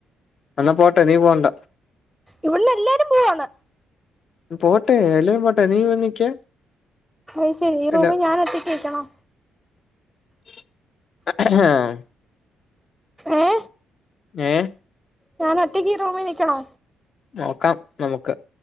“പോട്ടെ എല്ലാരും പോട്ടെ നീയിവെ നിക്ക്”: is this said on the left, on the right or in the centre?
Left